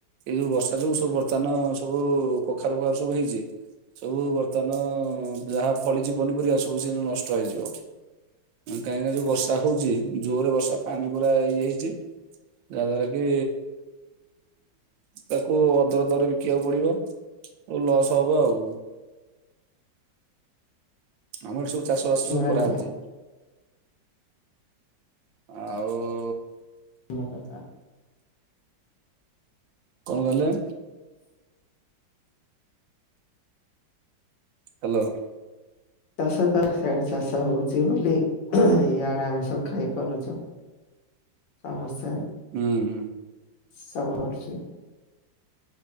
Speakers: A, on the right (about 85°); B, on the left (about 75°).
A: ଏଇ ଯୋଉ ବର୍ଷା ଯୋଗୁ ସବୁ ବର୍ତ୍ତମାନ ଅ ସବୁ କଖାରୁ ଫଖାରୁ ସବୁ ହେଇଛି। ସବୁ ବର୍ତ୍ତମାନ ଯାହା ଫଳିଛି ପନିପରିବା ସବୁ ସେ ନଷ୍ ଷ୍ଟ ହେଇଯିବ କାହିଁକିନା ଯୋଉ ବର୍ଷା ହଉଛି ଜୋର ରେ ବର୍ଷା ପାଣି ପୁରା ଇଏ ହେଇଛି। ଯାଦାର କି ତାକୁ ଅଦର ଦର ବିକିବାକୁ ପଡିବ। ଲସ୍ ହବ ଆଉ। ଆମର ସବୁ ଚାଷ ବାସ ସବୁ
B: ଆଜ୍ଞା
A: କରାହଉଛି। ଆଉ।
B: ଲଗାତାର
A: କଣ କହିଁଲେ ହ୍ୟାଲୋ।
B: ଚାଷ କ ସେଆଡେ ଚାଷ ହଉଛି ବୋଲି ଇଆଡେ ଆମେ ସବୁ ଖାଇପାରୁଛୁ। ସମସ୍ତେ
A: ହୁଁ ହୁଁ।
B: ସବ ରଛି।